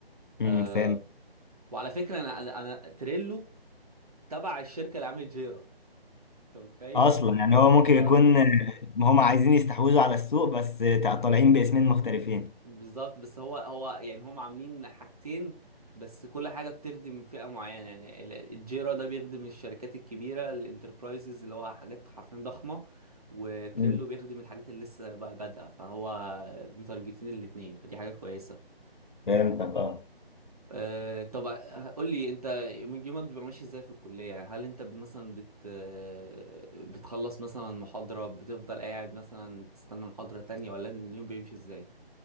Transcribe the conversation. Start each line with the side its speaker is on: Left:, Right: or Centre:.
Left: امم
Right: آه،
Left: فاهم
Right: وعلى فكره انا انا, أنا تريلو تبع الشركه اللي عملت جيرا انت متخيل
Left: اصلا يعني هو ممكن يكون
Right: اه
Left: هم عايزين يستحوذوا على السوق بس طالعين باسمين مختلفين
Right: بالظبط بس هو هو يعني هم عاملين حاجتين بس كل حاجه بتخدم فئه معينه يعني ال- الجيرا ده بيخدم الشركات الكبيره الانتربرايزز اللي هو حاجات حرفيا ضخمه وتريلو
Left: مم.
Right: بيخدم الحاجات اللي لسه بقى بادئه فهو متارجتين الاتنين فدي حاجه كويسه
Left: فهمتك اه
Right: أه طب آه، قول لي انت يومك بيبقى ماشي ازاي في الكلية يعني هل انت مثلا بت آه، بتخلص مثلا محاضرة بتفضل قاعد مثلا تستنى محاضرة تانية ولا اليوم بيمشي ازاي